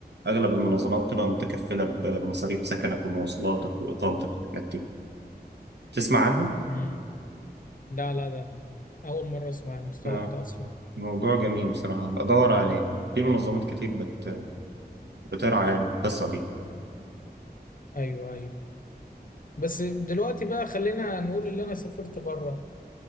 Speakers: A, on the right; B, on the left.
A: أغلب المنظمات تبقى متكفلة بمصاريف سكنك ومواصلاتك وإقامتك والحاجات دي تسمع عنها؟
B: امم لا لا ده أنا اول مره اسمع المصطلح
A: آه
B: ده اصلا
A: موضوع جميل بصراحة بدور عليه في منظمات كتير بت... بترعى يعني القصة دي
B: ايوه ايوه بس دلوقتي بقى خلينا نقول اللي انا سافرت بره